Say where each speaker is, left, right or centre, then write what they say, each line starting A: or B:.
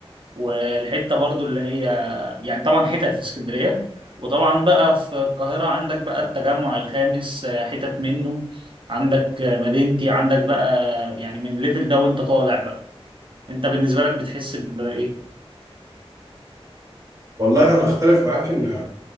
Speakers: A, on the right; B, on the right.
A: والحته برضو اللي هي يعني طبعا حتت في اسكندريه وطبعا بقى في القاهره عندك بقى التجمع الخامس آه، حتت منه عندك آه، مدينتي عندك بقى يعني من الليفل ده وانت طالع بقى انت بالنسبه لك بتحس بايه
B: والله انا اختلف معاك ان